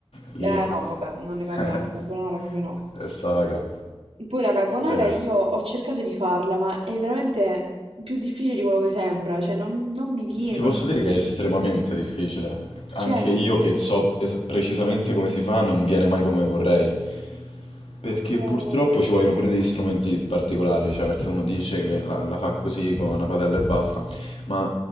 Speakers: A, on the left; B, on the right.
A: Lì
B: Eh
A: <laughs>
B: no, vabbè, non ne parliamo,
A: è
B: il carbonara proprio no.
A: sacra.
B: Poi la carbonara
A: Eh.
B: io ho cercato di farla, ma è veramente più difficile di quello che sembra, cioè non, non mi viene,
A: Ti
B: non
A: posso
B: mi viene.
A: dire che è estremamente difficile.
B: Cioè,
A: Anche io che so es- precisamente come si fa, non viene mai come vorrei. Perché
B: eh
A: purtroppo
B: sì.
A: ci vogliono pure degli strumenti particolari, cioè perché uno dice che la, la fa così con una padella e basta, ma